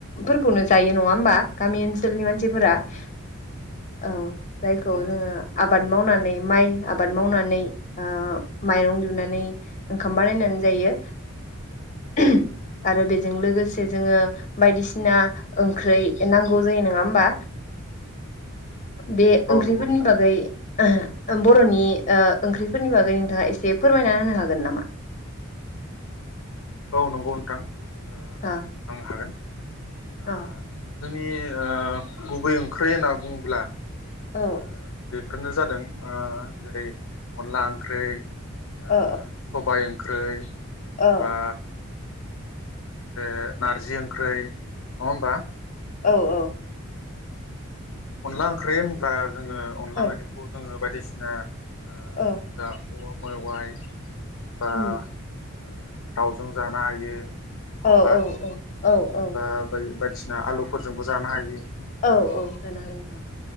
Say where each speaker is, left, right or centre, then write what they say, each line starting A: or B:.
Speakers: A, on the left; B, on the left.
A: फोरखौनो जायो नङा होमबा गामि ओनसोलनि मानसिफोरा औ जायखौ
B: नंगौ
A: जोङो आबाद मावनानै माइ आबाद मावनानै ओ माइरं दिुहुननानै ओंखाम बानायनानै जायो। <unintelligible> आरो बेजों लोगोसे जोङो बायदिसिना ओंख्रै नांगौ जायो नङा होमबा? बे
B: औ
A: ओंख्रिफोरनि
B: नंगौ नोंथां
A: बागै <unintelligible> बर'नि ओ ओंख्रिफोरनि बागै नोंथाङा एसे फोरमायना होनो हागोन नामा?
B: औ नंगौ नोंथां ओ
A: अ
B: आं हागोन आ
A: अ
B: जोंनि ओ गुबै ओंख्रि होनना बुङोब्ला
A: औ
B: ओ बेफोरनो जाद दों ओ जेरै अनला ओंख्रै ओ
A: औ
B: सबाय ओं ओंख्रै
A: औ
B: बा बे नारजि ओंख्रै नङा होमबा
A: औ औ
B: अनला ओंख्रि होनब्ला जोङो अनला
A: औ
B: ओंख्रिखौ जोङो बायदिसिना ओ
A: औ
B: दा औवा मेवाइ बा
A: उम
B: ओ दाउजों जानो हायो नङा
A: औ
B: होमबा
A: औ औ औ
B: बा बाय बायदिस आलुफोरजोंबो जानो हायो
A: औ औ जानो हायो नोंथां